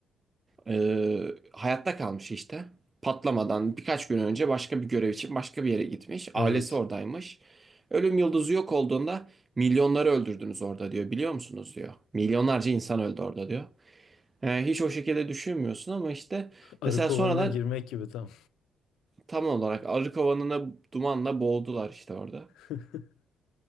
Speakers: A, on the right; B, on the left.
A: ee, hayatta kalmış işte. Patlamadan birkaç gün önce başka bir görev için başka bir yere gitmiş. Ailesi
B: Evet.
A: oradaymış. Ölüm yıldızı yok olduğunda milyonları öldürdünüz orada diyor. Biliyor musunuz diyor. Milyonlarca insan öldü orada diyor. Ee, hiç o şekilde düşünmüyorsun ama işte
B: Arı
A: mesela
B: kovanına
A: sonradan
B: girmek gibi tam.
A: tam olarak arı kovanına dumanla boğdular işte orada.
B: <laughs>